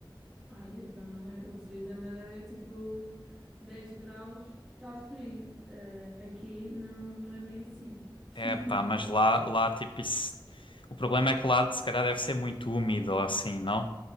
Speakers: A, in the centre; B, on the left.
A: Ai, então não é. O frio da Madeira é tipo 10 graus, está frio. Eh, aqui não, não é bem assim. <laughs>
B: É pá, mas lá, lá tipo isso. O problema é que lá se calhar deve ser muito úmido ou assim, não?